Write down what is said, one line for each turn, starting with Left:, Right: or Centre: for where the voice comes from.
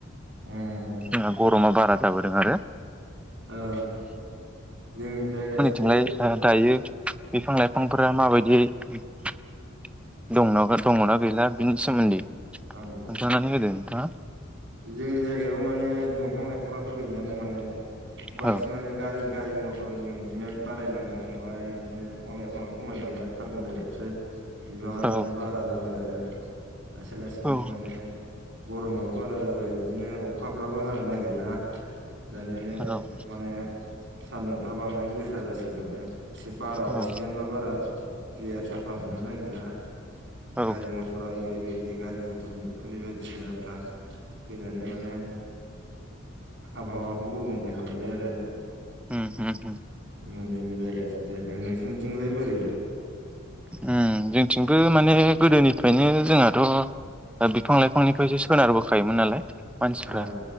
Right: उम
Centre: जोंहा गर'मा बारा जाबोदों आरो
Right: औ जोंनि जायगाथिं
Centre: लाय ओ दायो बिफां लाइफांफोरा माबायदि <unintelligible> दंनाबा दङना गैला? बिनि सोमोन्दै खोनथानानै
Right: उम
Centre: होदो मा
Right: जोंनि जायगायाव माने दंफां लाइफांफ्राथ' गैलानो माने बांसिन
Centre: औ
Right: माने गारों गारि मथरनि अनजिमाया बारायलांनो हमबाय बिदिनो दंफां लाइफाङा खमायलांबाय कारबनडाइ अक्साइद बिबाङा
Centre: औ
Right: माने बारा जाबाय आरो जाया लासै लासैनो
Centre: औ
Right: माने गरमाबो बारा जाबाय बिदिनो अखाफ्राबो हानो नागिरला दानि
Centre: औ
Right: माने सान्दुंफ्रा बांद्राय गोसा जासै माने एसे बारा
Centre: औ
Right: अक्सिजेन बा बारा क्लियार साफा मोननो नागिरला
Centre: औ
Right: गारि मटर आगिर बे बे गारि मट टरनि उखुनि बायदिसिना फ्रा फैनानै माने आबहावाखौ गुबुंले खालामबाय आरो
Centre: होम होम होम
Right: ओम जोंनि जायगाथिंजाय नोंसोरनिथिंलाय बोरै
Centre: उम जोंथिंबो माने गोदोनिफ्रायनो जोंहाथ' बिफां लाइफांनिफ्रायसो सोनारबोखायोमोन नालाय मानसिफ्रा
Right: नोंथां